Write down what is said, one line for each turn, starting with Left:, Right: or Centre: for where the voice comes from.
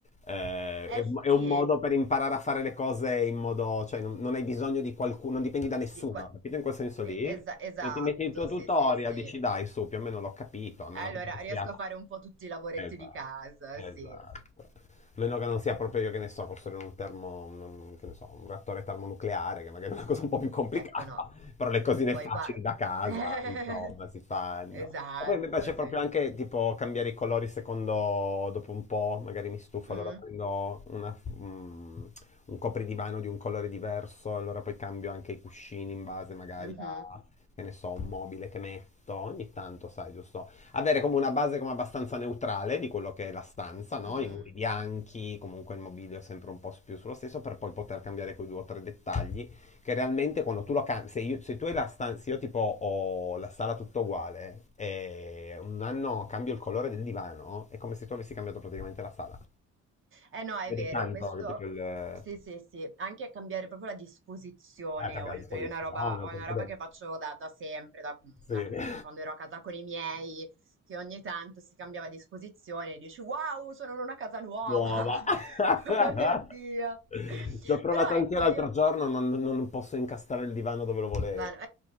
Left: è,
Right: Eh sì,
Left: è un modo per imparare a fare le cose in modo, cioè non, non hai bisogno di qualcuno, non dipendi da nessuno,
Right: di qua-
Left: capito in quel senso lì?
Right: eh, esa- esatto,
Left: E Ti metti il tuo tutorial,
Right: sì, sì, sì.
Left: dici dai su, più o meno l'ho capito, a meno
Right: Allora,
Left: che non sia
Right: riesco a fare un po' tutti i lavoretti
Left: Esatto,
Right: di casa,
Left: esatto.
Right: sì.
Left: A meno che non sia proprio io che ne so, costruire un termo, un- che ne so, un reattore termonucleare, che magari è una cosa un po' più complicata,
Right: Ecco, no.
Left: <laughs> però le cosine
Right: Poi
Left: facili
Right: qua...
Left: da casa,
Right: <laughs>
Left: insomma, si fanno.
Right: Esatto,
Left: Ma poi mi piace
Right: sì,
Left: proprio
Right: sì.
Left: anche tipo cambiare i colori secondo, dopo un po', magari mi stufo,
Right: Mm,
Left: allora prendo una- mm, un copridivano di un colore diverso, allora poi cambio anche i cuscini in base magari
Right: mhm,
Left: a, che ne so, un mobile che metto, ogni tanto, sai, giusto? avere come una base come abbastanza neutrale di quello che è la stanza, no?
Right: mhm.
Left: I muri bianchi, comunque il mobilio sempre un po' più sullo stesso, per poi poter cambiare quei due o tre dettagli, che realmente quando tu lo cambi, se, io- se tu hai la stanza, io tipo ho la sala tutta uguale, e un anno cambio il colore del divano, è come se tu avessi cambiato praticamente la sala.
Right: Eh no, è
Left: Vede
Right: vero,
Left: tanto,
Right: questo
Left: capito? Il... Eh,
Right: sì, sì, sì, anche cambiare proprio la disposizione,
Left: cambia
Right: oltre,
Left: la disposizione,
Right: è una roba, è
Left: poi
Right: una
Left: va
Right: roba
Left: bene.
Right: che faccio da, da sempre, da,
Left: Sì.
Right: da
Left: <laughs>
Right: fin quando ero a casa con i miei, che ogni tanto si cambiava disposizione e dici wow, sono in una casa nuova,
Left: Nuova. <laughs>
Right: <laughs> oh mio Dio.
Left: Ci ho provato
Right: Però
Left: anche
Right: ecco,
Left: l'altro
Right: io...
Left: giorno, non, non posso incastrare il divano dove lo volevo.
Right: Ma no-